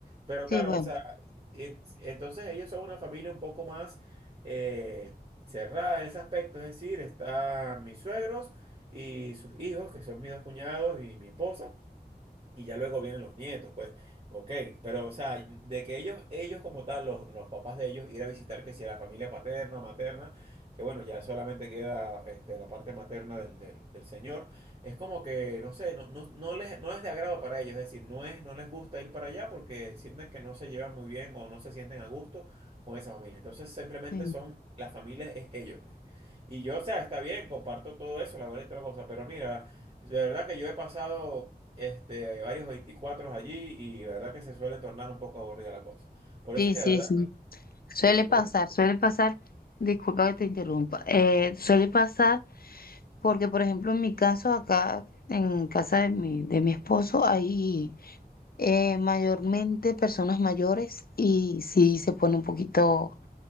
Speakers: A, on the right; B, on the left.
A: Pero
B: Sí,
A: claro,
B: bueno,
A: o sea, y entonces ellos son una familia un poco más eh, cerrada en ese aspecto, es decir, están mis suegros y sus hijos, que son mis dos cuñados y mi esposa. Y ya luego vienen los nietos, pues, ok, pero o sea, de que ellos, ellos como tal, los, los papás de ellos, ir a visitar que si a la familia paterna o materna, que bueno, ya solamente queda este, la parte materna del, del, del señor, es como que, no sé, no, no, no les, no es de agrado para ellos, es decir, no es, no les gusta ir para allá porque sienten que no se llevan muy bien o no se sienten a gusto con esa familia. Entonces simplemente
B: sí,
A: son, la familia es ellos, pues. Y yo, o sea, está bien, comparto todo eso, la verdad, otra cosa, pero mira. De verdad que yo he pasado este, hay varios 24 allí y de verdad que se suele tornar un poco aburrida la cosa. Por
B: sí,
A: eso que
B: sí.
A: de verdad,
B: sí. Suele
A: sí, por
B: pasar,
A: el-
B: suele pasar, disculpa que te interrumpa, eh, suele pasar porque, por ejemplo, en mi caso, acá en casa de mi, de mi esposo, hay eh, mayormente personas mayores y sí se pone un poquito